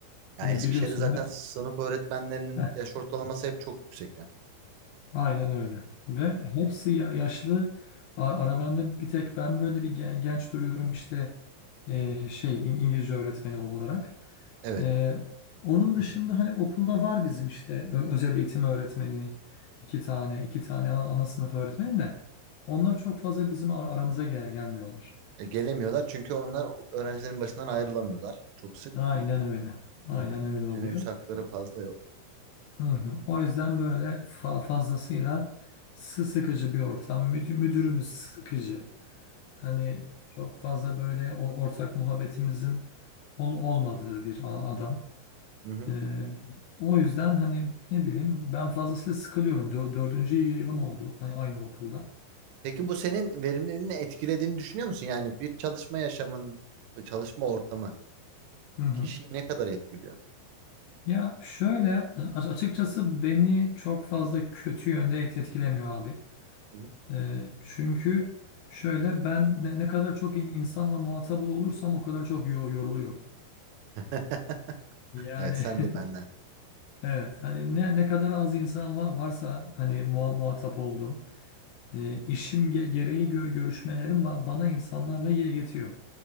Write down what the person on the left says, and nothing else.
Hani
biliyorsun
hep
<laughs>
Aynen öyle. Ve hepsi ya- yaşlı. A- Aralarında bir tek ben böyle bir gen- genç duruyorum işte e, şey İng- İngilizce öğretmeni olarak.
E, onun
dışında
hani okulda var bizim işte ö- özel eğitim öğretmeni iki tane iki tane ana, ana sınıf öğretmeni de onlar çok fazla bizim ar- aramıza gel gelmiyorlar.
Aynen öyle. Aynen
öyle oluyor.
Hı hı. O yüzden böyle fa- fazlasıyla sı- sıkıcı bir ortam. Müdü- müdürümüz sıkıcı. Hani çok fazla böyle o- ortak muhabbetimizin ol- olmadığı bir a- adam.
Ee, o yüzden hani ne bileyim ben fazlasıyla sıkılıyorum. Dö- dördüncü yılım oldu a- aynı okulda.
Hı hı.
Ya şöyle a- açıkçası beni çok fazla kötü yönde et- etkilemiyor abi.
Ee, çünkü şöyle ben ne, ne kadar çok in- insanla muhatap ol- olursam o kadar çok yo- yoruluyorum.
Yani
<laughs>
evet hani ne ne kadar az insan va- varsa hani muha- muhatap olduğum E, işim ge- gereği gö- görüşmelerim ba- bana insanlarla ye- yetiyor.